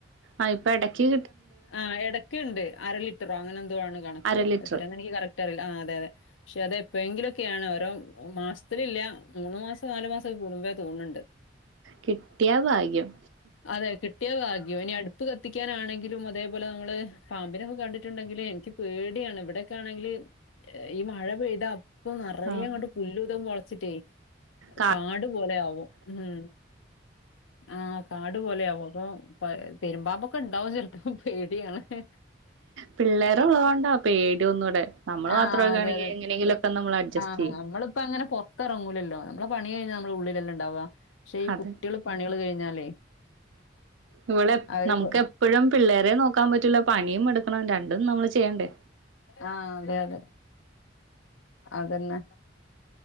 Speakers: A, on the right (about 75°); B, on the left (about 85°).
A: ആഹ് ഇപ്പ എടക്ക് കി
B: ആഹ് എടക്ക്ണ്ട് അര ലിറ്ററോ അങ്ങനെ എന്തോ ആണ് കണക്ക്
A: അര ലിറ്റർ
B: എത്ര എന്ന് എനിക്ക് കറക്റ്ററിയില്ല. ആഹ് അതെ അതെ പക്ഷെ അത് എപ്പോഴെങ്കിലുക്കെയാണ് ഓരോ മാസത്തിലില്ല മൂന്ന് മാസം നാലു മാസക്കെ കൂടുമ്പേ തോന്ന്ണ്ട്. <inaudible>
A: കിട്ട്യാ ഭാഗ്യം
B: അതെ കിട്ടിയ ഭാഗ്യം ഇനി അടുപ്പ് കത്തിക്കാനാണെങ്കിലും വ തേ പോലെ നമ്മള് പാമ്പിനൊക്കെ കണ്ടിട്ടുണ്ടെങ്കില് എനിക്ക് പേടിയാണ്. ഇവിടെക്കെ ആണെങ്കില് ഈ മഴ പെയ്താ അപ്പ നറയെ
A: ആഹ്
B: ങ്ങട് പുല്ലും തും മൊളച്ട്ടെ
A: കാ
B: കാട് പോലെ ആവും. ഉംഹു ആഹ് കാട് പോലെയാവും അപ്പൊ പ്പ പെരുമ്പാമ്പൊക്ക ണ്ടാവും ചെൽപ്പം. പേടിയാണ് ഹ്
A: പിള്ളേര് ഉള്ളതോണ്ടാ പേടി ഒന്നൂടെ നമ്മള്
B: ആഹ്
A: മാത്രൊക്കാണെങ്കി
B: അതെതെ
A: എങ്ങനെങ്കിലൊക്കെ നമ്മൾ അഡ്ജസ്റ്റ്
B: ആഹ്
A: ചെയ്യും
B: നമ്മള്പ്പങ്ങനെ പൊർ ത്തെറങ്ങൂലല്ലോ നമ്മളെ പണി കഴിഞ്ഞാ നമ്മള് ഉള്ളിലല്ലെ ണ്ടാവ. പക്ഷെ ഈ
A: അതെ
B: കുട്ട്യള് പണികൾ കഴിഞ്ഞാലേ
A: ഇവളെ
B: അവര്
A: നമുക്ക്
B: പൊ
A: എപ്പഴും പിള്ളേരെ നോക്കാൻ പറ്റൂല്ല പണിയും എടുക്കണം രണ്ടും നമ്മള് ചെയ്യണ്ടേ.
B: ആഹ് അതെ അതെ അതന്നെ